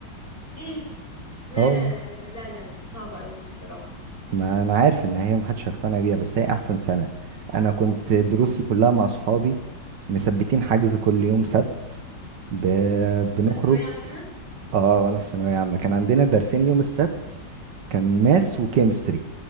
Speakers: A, on the left; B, on the right.
A: ايه لا
B: اه والله
A: لا لا لا لا لا لا لا صعبة قوي دي الصراحة
B: ما انا عارف ان هي محدش هيقتنع بيها بس هي احسن سنة انا كنت دروسي كلها مع صحابي مثبتين حجز كل يوم سبت ب...
A: وانت
B: بنخرج
A: في ثانوية عامة
B: اه وانا في ثانوية عامة كان عندنا درسين يوم السبت كان ماس وكيمستري